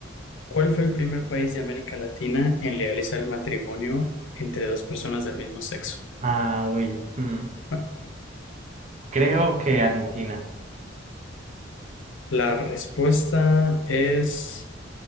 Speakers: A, on the left (about 80°); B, on the right (about 35°).
A: ¿Cuál fue el primer país de América Latina en legalizar el matrimonio entre dos personas del mismo sexo?
B: Ah, uy. mm,
A: <laughs>
B: Creo que Argentina.
A: La respuesta es